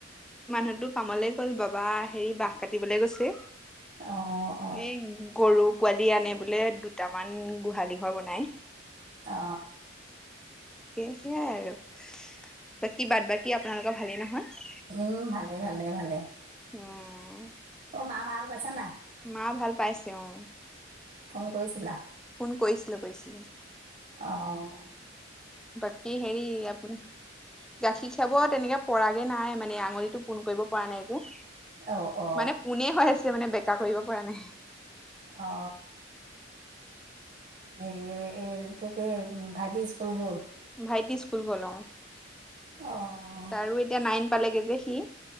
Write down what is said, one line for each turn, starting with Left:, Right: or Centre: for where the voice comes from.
Centre: মানুহটো কামলে গ'ল বাবা হেৰি বাহঁ কাটিবলৈ গৈছে
Right: অ অ
Centre: এই গৰু পোৱালি আনে বোলে দুটামান গোহালি ঘৰ বনাই
Right: অ
Centre: স সেইয়াই আৰু বাকী বাদ বাকী আপোনালোকৰ ভালেই নহয়
Right: উম ভালে ভালে ভালে
Centre: অঁ
Right: অ মা ভাল পাইছা নাই
Centre: মা ভাল পাইছে অ
Right: ফোন কৰিছিলা
Centre: ফোন কৰিছিলো কৰিছিলো
Right: অহঁ।
Centre: বাকী হেৰি আপোনাৰ গাখীৰ খিয়াব তেনেকে পৰাগে নাই ম। মানে আঙুলি টো পোনণ কৰিব পৰা নাই যে।
Right: অ অ
Centre: মানে পোনে হৈ আছে মানে বেকা কৰিব। পৰা নাই।
Right: অ হে এই ত কি ভাইটি স্কুল গ'ল।
Centre: ভাইটি স্কুল গলও।
Right: অঁ
Centre: তাৰ এতিয়া নাই। পালেগে যে সি।